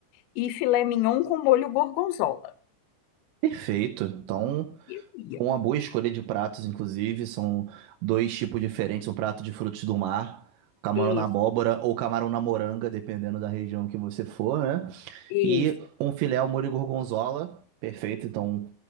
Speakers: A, on the left (about 85°); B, on the right (about 80°).
A: e filé mignon com molho gorgonzola.
B: Perfeito. Então,
A: Isso,
B: Foi uma boa escolha de pratos, inclusive. São dois tipos diferentes: um prato de frutos do mar, camarão
A: isso,
B: na abóbora ou camarão na moranga, dependendo da região que você for, né?
A: isso,
B: E um filé ao molho gorgonzola, perfeito. Então,